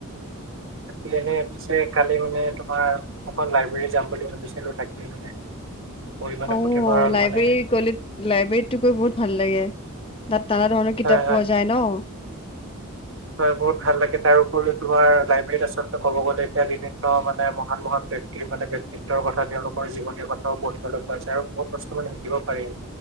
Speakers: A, on the right; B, on the left.
A: তাকে এনে পিছে কালি মানে তোমাৰ অকখন লাইব্ৰেৰী যাম বুলি ভাবিছিলো তাকে - মে পৰি মণে
B: অ
A: পথে ভৰাল
B: লাইব্ৰেৰী
A: মানে-
B: গ'লে লাইব্ৰেৰীতটো গৈ বহুত ভাল লাগে, তাত নানা ধৰণৰ কিতাপ
A: হয় হয়
B: পোৱা যায় ন?
A: হয় মোৰ ভাল লাগে তাৰ উপৰিও তোমাৰ লাইব্ৰেৰীত আচলতে ক'ব গ'লে এতিয়া বিভিন্ন মানে মহান মহান- ব্যক্তিত্বৰ কথা তেওঁলোকৰ জীৱনীৰ কথাও পঢ়িবলৈ পাৰি তেওঁলোকা আছে বহুত বস্তু মানে শিকিব পাৰি।